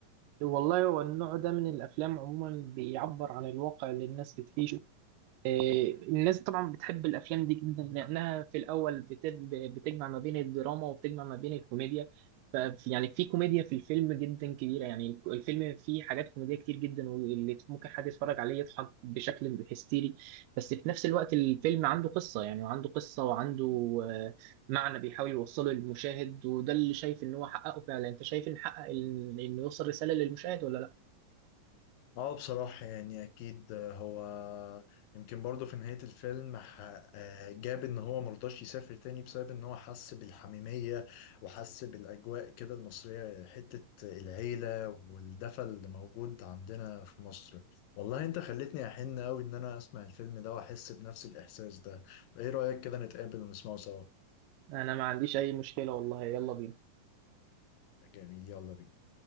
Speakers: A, on the right; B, on the left.
A: والله هو النوع ده من الافلام عموما بيعبر عن الواقع اللي الناس بتعيشه آه، الناس طبعا بتحب الافلام دي جدا لانها في الاول بتب- بتجمع ما بين الدراما وبتجمع ما بين الكوميديا ف يعني في كوميديا في الفيلم جدا كبيره يعني الفيلم فيه حاجات كوميديه كتير جدا واللي ممكن حد يتفرج عليه يضحك بشكل هستيري بس في نفس الوقت الفيلم عنده قصه يعني وعنده قصه وعنده آه، معنى بيحاول يوصله للمشاهد وده اللي شايف ان هو حققه فعلا انت شايف ان حقق إن- انه يوصل رساله للمشاهد ولا لا
B: اه بصراحة يعني أكيد آه، هو يمكن برضه في نهاية الفيلم ح- آه، جاب إن هو مرضاش يسافر تاني بسبب إن هو حس بالحميمية وحس بالأجواء كده المصرية حتة العيلة والدفى اللي موجود عندنا في مصر والله أنت خلتني أحن أوي إن أنا أسمع الفيلم ده وأحس بنفس الإحساس ده إيه رأيك كده نتقابل ونسمعه سوا
A: انا ما عنديش اي مشكله والله يلا بينا
B: جميل يلا بينا